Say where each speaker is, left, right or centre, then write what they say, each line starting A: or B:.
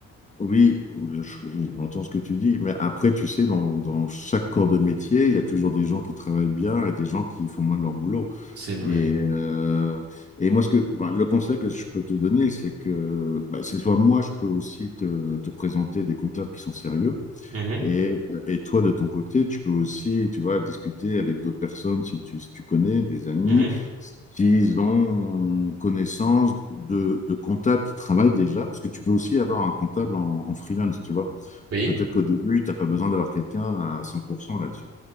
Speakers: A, on the left; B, on the right.
A: oui, je- je- j'entends ce que tu dis, mais après, tu sais, dans, dans chaque corps de métier, il y a toujours des gens qui travaillent bien et des gens qui font mal leur boulot.
B: C'est vrai.
A: Et, euh, et moi, ce que, enfin, le conseil que je peux te donner, c'est que bah, c'est soit moi, je peux aussi te, te présenter des comptables qui sont sérieux,
B: Mhm,
A: et, et toi, de ton côté, tu peux aussi, tu vois, discuter avec d'autres personnes si tu, si tu connais des amis,
B: mhm.
A: s'ils ont connaissance de, de comptables qui travaillent déjà, parce que tu peux aussi avoir un comptable en, en freelance, tu vois.
B: Oui.
A: Peut-être qu'au début, tu n'as pas besoin d'avoir quelqu'un à 100% là-dessus.